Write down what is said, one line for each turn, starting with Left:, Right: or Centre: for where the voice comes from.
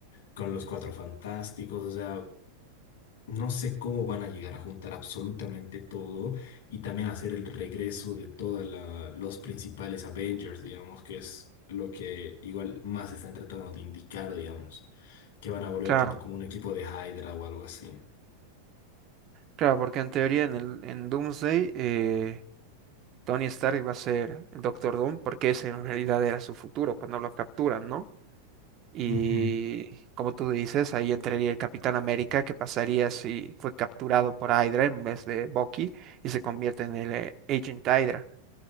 Left: con los Cuatro Fantásticos, o sea, no sé cómo van a llegar a juntar absolutamente todo y también hacer el regreso de todos los principales Avengers, digamos, que es lo que igual más están tratando de indicar, digamos, que van a volver
Right: claro,
Left: tipo como un equipo de Hydra o algo así.
Right: claro, porque en teoría en el en Doomsday eh, Tony Stark va a ser el Doctor Doom, porque ese en realidad era su futuro cuando lo capturan, ¿no? Y
Left: Ujú.
Right: como tú dices, ahí entraría el Capitán América, que pasaría si fue capturado por Hydra en vez de Bucky y se convierte en el eh, Agent Hydra.